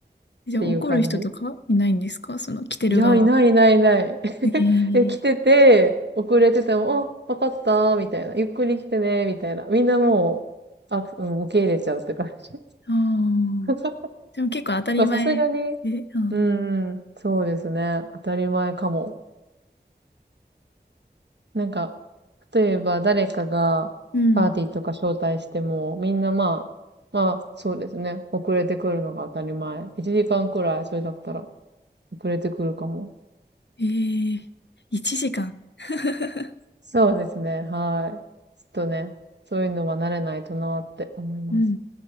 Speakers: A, on the left; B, on the right.
A: じゃあ怒る人とかいないんですかその来てる側。
B: ていう感じ。いや、いないいないいない。
A: ええ。
B: <laughs> え、来てて、遅れてても、あ、わかったみたいな。ゆっくり来てね、みたいな。みんなもう、あ、うん、受け入れちゃうって感じ。
A: あ
B: <laughs>
A: あ。でも結構当たり前で、
B: まあ、さすがに、
A: うん。
B: うん、そうですね。当たり前かも。なんか、例えば誰かがパーティーとか招待しても、
A: うん。
B: みんなまあ、まあ、そうですね。遅れてくるのが当たり前。1時間くらい、それだったら、遅れてくるかも。
A: ええ1時間。<laughs>
B: そうですね。はい。ちょっとね、そういうのは慣れないとなって思います。
A: うん。